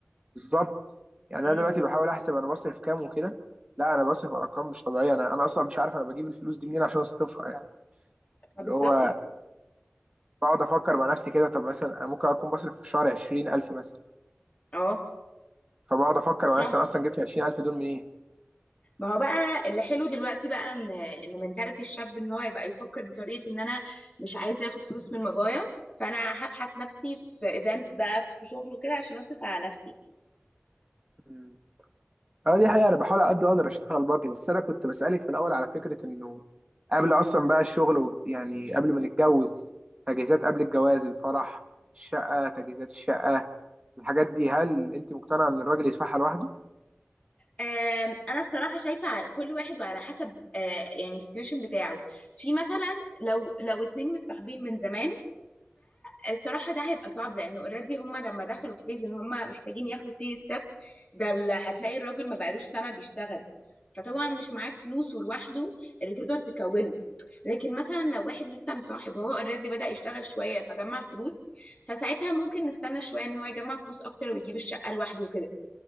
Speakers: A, on the right; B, on the left.
A: بالظبط يعني
B: امم
A: انا دلوقتي بحاول احسب انا بصرف كام وكده لا انا بصرف ارقام مش طبيعيه انا انا اصلا مش عارف انا بجيب الفلوس دي منين عشان اصرفها يعني
B: ما
A: اللي
B: بالظبط
A: هو
B: كده.
A: بقعد افكر مع نفسي كده طب مثلا انا ممكن اكون بصرف في الشهر 20000 مثلا
B: اه
A: فبقعد افكر
B: الشهر
A: مع نفسي انا اصلا جبت 20000 دول منين
B: ما هو بقى اللي حلو دلوقتي بقى ان ان منتاليتي الشاب ان هو يبقى يفكر بطريقه ان انا مش عايزه اخد فلوس من بابايا فانا هبحث نفسي في ايفنتس بقى في شغل وكده عشان اصرف على نفسي
A: مم. اه دي حقيقة أنا بحاول على قد ما أقدر أشتغل باجي بس أنا كنت بسألك في الأول على فكرة إنه قبل أصلا بقى الشغل و... يعني قبل ما نتجوز تجهيزات قبل الجواز الفرح الشقة تجهيزات الشقة الحاجات دي هل أنت مقتنعة إن الراجل يدفعها لوحده؟
B: آم، انا الصراحه شايفه على كل واحد وعلى حسب آه، يعني السيتويشن بتاعه في مثلا لو لو اتنين متصاحبين من زمان فالصراحه ده هيبقى صعب لانه اوريدي هم لما دخلوا في فيز ان هم محتاجين ياخدوا سيريس ستيب ده اللي هتلاقي الراجل ما بقالوش سنه بيشتغل فطبعا مش معاه فلوس ولوحده اللي تقدر تكونه لكن مثلا لو واحد لسه مصاحب وهو اوريدي بدأ يشتغل شويه فجمع فلوس فساعتها ممكن نستنى شويه ان هو يجمع فلوس اكتر ويجيب الشقه لوحده وكده